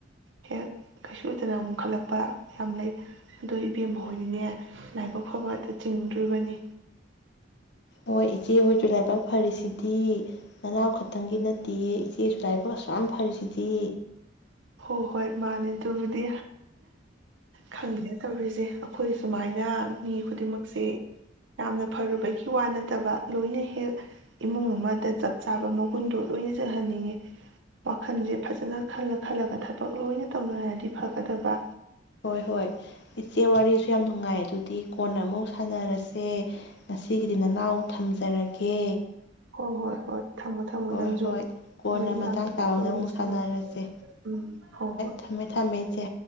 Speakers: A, on the right; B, on the left.
A: ꯍꯦꯛ ꯀꯩꯁꯨ ꯐꯠꯇꯅ ꯑꯃꯨꯛ ꯈꯜꯂꯛꯄ ꯌꯥꯝ ꯂꯩ ꯑꯗꯨꯗꯣ ꯏꯕꯦꯝꯃ ꯍꯣꯏꯗꯤꯅꯦ ꯂꯥꯏꯕꯛ ꯐꯕ ꯆꯤꯡꯗ꯭ꯣꯔꯤꯕꯅꯤ꯫
B: ꯍꯣꯏ ꯏꯆꯦꯍꯣꯏꯁꯨ ꯂꯥꯏꯕꯛ ꯐꯔꯤꯁꯤꯗꯤ ꯅꯅꯥꯎ ꯈꯛꯇꯪꯒꯤ ꯅꯠꯇꯦꯌꯦ ꯏꯆꯦꯁꯨ ꯂꯥꯏꯕꯛ ꯑꯁꯨꯛ ꯌꯥꯝ ꯐꯔꯤꯁꯤꯗꯤ꯫
A: ꯍꯣꯏ ꯍꯣꯏ ꯃꯥꯅꯦ ꯑꯗꯨꯕꯨꯗꯤ꯫ ꯈꯪꯗꯦ ꯇꯧꯔꯤꯁꯦ ꯑꯩꯈꯣꯏ ꯁꯨꯃꯥꯏꯅ ꯃꯤ ꯈꯨꯗꯤꯡꯃꯛꯁꯦ ꯌꯥꯝꯅ ꯐꯔꯨꯕꯒꯤ ꯋꯥ ꯅꯠꯇꯕ ꯂꯣꯏꯅ ꯍꯦꯛ ꯏꯃꯨꯡ ꯑꯃꯗ ꯆꯞ ꯆꯥꯕ ꯃꯒꯨꯟꯗꯣ ꯂꯣꯏꯅ ꯆꯜꯍꯟꯅꯤꯡꯉꯤ ꯋꯥꯈꯜꯁꯦ ꯐꯖꯅ ꯈꯜꯂꯛ ꯈꯜꯂꯒ ꯊꯕꯛ ꯂꯣꯏꯅ ꯇꯧꯅꯔꯗꯤ ꯐꯒꯗꯕ
B: ꯍꯣꯏ ꯍꯣꯏ ꯏꯆꯦ ꯋꯥꯔꯤꯁꯨ ꯌꯥꯝ ꯅꯨꯡꯉꯥꯏ ꯑꯗꯨꯗꯤ ꯀꯣꯟꯅ ꯑꯃꯨꯛ ꯁꯥꯟꯅꯔꯁꯦ ꯉꯁꯤꯒꯤꯗꯤ ꯅꯅꯥꯎ ꯊꯝꯖꯔꯒꯦ꯫
A: ꯍꯣꯏ ꯍꯣꯏ ꯍꯣꯏ ꯊꯝꯃꯣ ꯊꯝꯃꯣ
B: ꯍꯣꯏ
A: ꯅꯪꯁꯨ
B: ꯍꯣꯏ ꯀꯣꯟꯅ
A: ꯊꯕꯛ ꯏꯟꯈꯥꯡ
B: ꯃꯇꯥꯡ
A: ꯀꯩꯀꯥꯗ
B: ꯆꯥꯕ ꯑꯃꯗ ꯑꯃꯨꯛ
A: ꯂꯁꯤꯂꯣ
B: ꯁꯥꯟꯅꯔꯁꯦ
A: ꯎꯝ ꯍꯣꯏ ꯍꯣꯏ
B: ꯊꯝꯃꯦ ꯊꯝꯃꯦ ꯏꯆꯦ